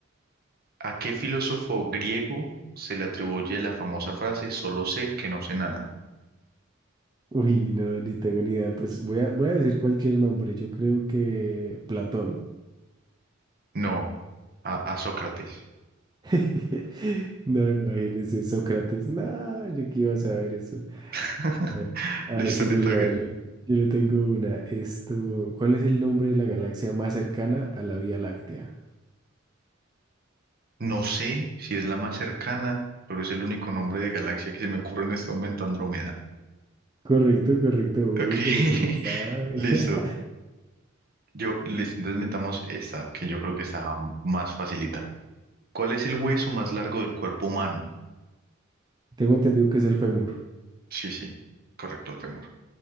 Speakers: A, on the right; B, on the right.
A: ¿A qué filósofo griego se le atribuye la famosa frase solo sé que no sé nada?
B: Uy, no, ni tengo ni idea. Pues voy a, voy a decir cualquier nombre. Yo creo que Platón.
A: No, a, a Sócrates.
B: <laughs> No, imagínese, Sócrates. No, yo que iba a saber eso.
A: <laughs>
B: A ver, a
A: Listo,
B: ver, sigo
A: le toca.
B: yo. A ver, yo, le yo le tengo una. Esto, ¿cuál es el nombre de la galaxia más cercana a la Vía Láctea?
A: No sé si es la más cercana, pero es el único nombre de galaxia que se me ocurre en este momento, Andrómeda.
B: Correcto, correcto. Uy,
A: Ok, <laughs>
B: pero si le sabe.
A: listo.
B: <laughs>
A: Yo, listo, entonces inventamos esta, que yo creo que está más facilita. ¿Cuál es el hueso más largo del cuerpo humano?
B: Tengo entendido que es el fémur.
A: Sí, sí, correcto, el fémur.